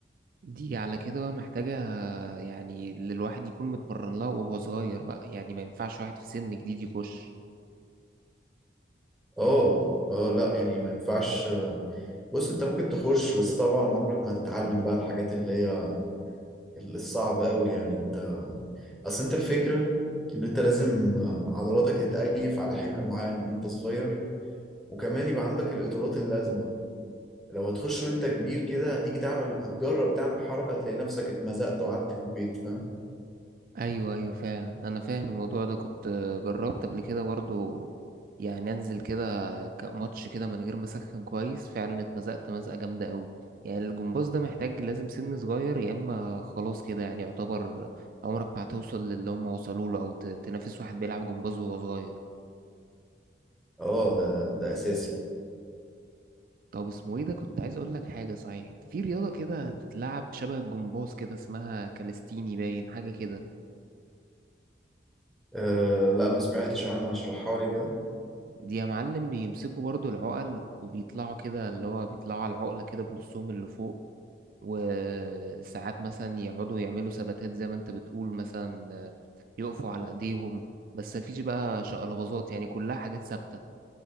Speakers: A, on the right; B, in the centre.
A: دي على كده بقى محتاجه يعني اللي الواحد يكون متمرن لها وهو صغير بقى يعني ما ينفعش واحد في سن جديد يخش
B: اه اه لا يعني ما ينفعش بص انت ممكن تخش بس طبعا عمرك ما هتتعلم بقى الحاجات اللي هي الصعبة قوي يعني اصل انت الفكرة ان انت لازم عضلاتك تتأيف على حمل معين من وانت صغير وكمان يبقى عندك الاطالات اللازمة لو هتخش وانت كبير كده هتيجي تعمل هتجرب تعمل حركة هتلاقي نفسك اتمزقت وقعدت في البيت فاهم
A: ايوه ايوه فعلا انا فاهم الموضوع ده كنت جربت قبل كده برضو يعني انزل كده ك- ماتش كده من غير ما اسخن كويس فعلا اتمزقت مزقه جامده قوي يعني الجمباز ده محتاج لازم سن صغير يا اما خلاص كده يعني يعتبر عمرك ما هتوصل للي هم وصلوا له او ت- تنافس واحد بيلعب جمباز وهو صغير
B: اه ده ده اساسي
A: طب اسمه ايه ده كنت عايز اقول لك حاجه صحيح في رياضه كده بتتلعب شبه الجمباز كده اسمها كاليستيني باين حاجه كده
B: أه لا ما سمعتش عنها اشرحها لي كده
A: دي يا معلم بيمسكوا برضو العقل وبيطلعوا كده اللي هو بيطلعوا على العقلة كده بنصهم اللي فوق وساعات مثلا يقعدوا يعملوا ثباتات زي ما انت بتقول مثلا يقفوا على ايديهم بس مفيش بقى شقلباظات يعني كلها حاجات ثابتة